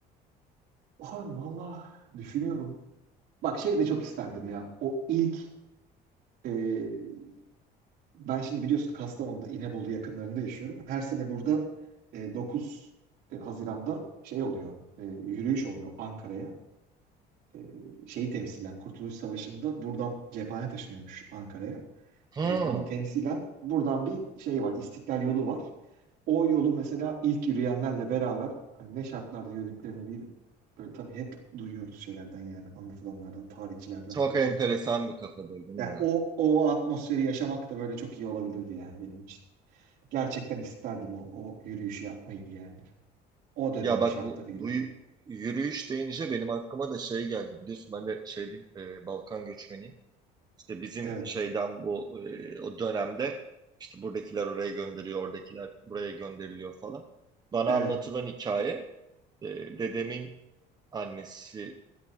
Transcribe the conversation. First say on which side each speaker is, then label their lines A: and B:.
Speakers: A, on the right; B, on the right.
A: Abi valla düşünüyorum. Bak şey de çok isterdim ya. O ilk e, ben şimdi biliyorsun Kastamonu'da İnebolu yakınlarında yaşıyorum. Her sene burada e, 9 e, Haziran'da şey oluyor. e, yürüyüş oluyor Ankara'ya. E, şeyi temsilen Kurtuluş Savaşı'nda buradan cephane taşınıyormuş Ankara'ya.
B: Hmm,
A: E, onu temsilen buradan bir şey var, İstiklal yolu var. O yolu mesela ilk yürüyenlerle beraber hani ne şartlarda yürüdüklerini bir böyle tabii hep duyuyoruz şeylerden yani anlatılanlardan, tarihçilerden
B: çok
A: falan
B: enteresan
A: ama
B: bir kafadır değil mi
A: yani
B: ya?
A: o o atmosferi yaşamak da böyle çok iyi olabilirdi yani benim için. Gerçekten isterdim o, o yürüyüşü yapmayı yani. O dönemin
B: Ya bak
A: şartlarıyla.
B: bu bu y- yürüyüş deyince benim aklıma da şey geldi. Biliyorsun ben de şey diyeyim, e, Balkan göçmeniyim. İşte bizim
A: Evet,
B: şeyden bu e, o dönemde işte buradakiler oraya gönderiyor, oradakiler buraya gönderiliyor falan. Bana
A: evet,
B: anlatılan hikaye e, dedemin annesi